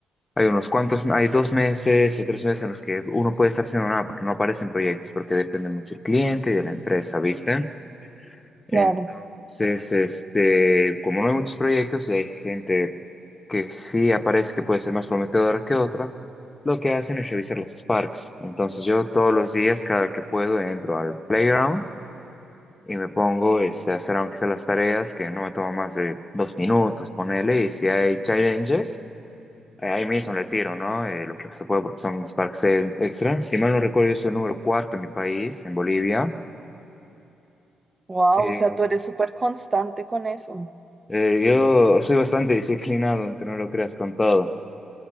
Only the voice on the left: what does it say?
hay unos cuantos, hay dos meses o tres meses en los que uno puede estar haciendo nada porque no aparecen proyectos, porque depende mucho del cliente y de la empresa, ¿viste? Entonces,
este, como no hay muchos proyectos y hay gente que sí aparece que puede ser más prometedora que otra, lo que hacen es revisar los Sparks. Entonces yo todos los días, cada que puedo, entro al playground y me pongo este, a hacer aunque sea las tareas, que no me toma más de dos minutos, ponele, y si hay challenges, eh, ahí mismo le tiro, ¿no? Eh, lo que se puede porque son sparks e- extra. Si mal no recuerdo, yo soy el número cuarto en mi país, en Bolivia.
Eh,
eh, yo soy bastante disciplinado, aunque no lo creas con todo.